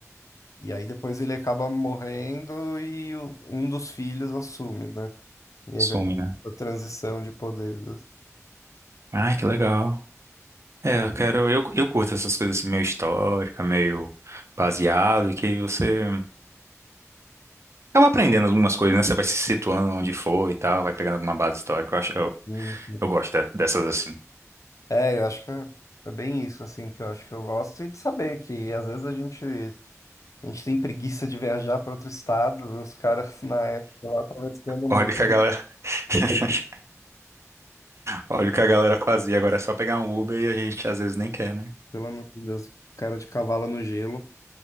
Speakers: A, on the left; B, on the right.
A: e aí depois ele acaba morrendo e o- um dos filhos assume, né? E
B: Some,
A: aí vem
B: né?
A: a transição de poderes
B: Ai, que legal. É, eu quero, eu, eu curto essas coisas assim, meio histórica, meio baseado, e que aí você Acaba aprendendo algumas coisas, né? Você vai se situando onde for e tal, vai pegando alguma base histórica. Eu acho, eu,
A: Sim, sim.
B: eu gosto de- dessas assim.
A: É, eu acho que é é bem isso, assim, que eu acho que eu gosto, e de saber que às vezes a gente, a gente tem preguiça de viajar para outro estado, os caras na época lá atravessando o
B: Olha
A: mundo.
B: o que a galera, <laughs> olha o que a galera fazia. Agora é só pegar um Uber e a gente às vezes nem quer, né?
A: Pelo amor de Deus, cara de cavalo no gelo,